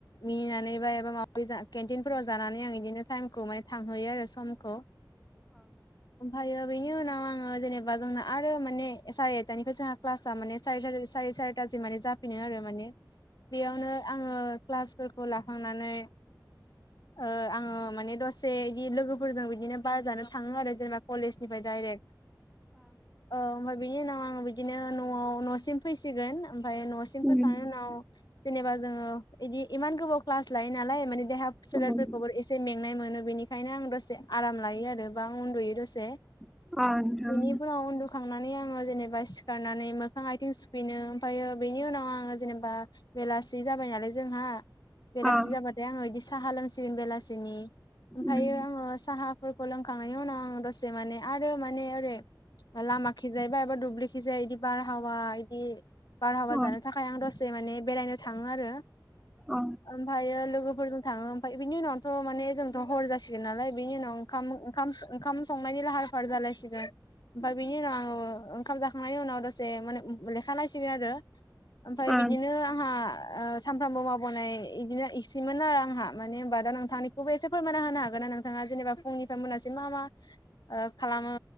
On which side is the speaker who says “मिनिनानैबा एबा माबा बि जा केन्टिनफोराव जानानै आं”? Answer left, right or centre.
Left